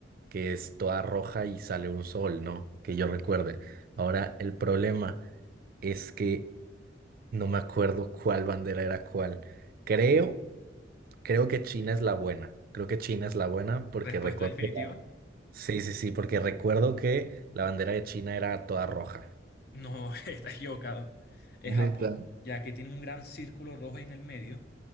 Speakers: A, on the right; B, on the left.
A: que es toda roja y sale un sol, ¿no? Que yo recuerde. Ahora, el problema es que no me acuerdo cuál bandera era cuál. Creo, creo que China es la buena. Creo que China es la buena porque
B: Respuesta
A: recuerdo
B: definitiva,
A: que la- Sí, sí, sí, porque recuerdo que la bandera de China era toda roja.
B: no, <laughs> estás equivocado. Es
A: Neta.
B: Japón, ya que tiene un gran círculo rojo en el medio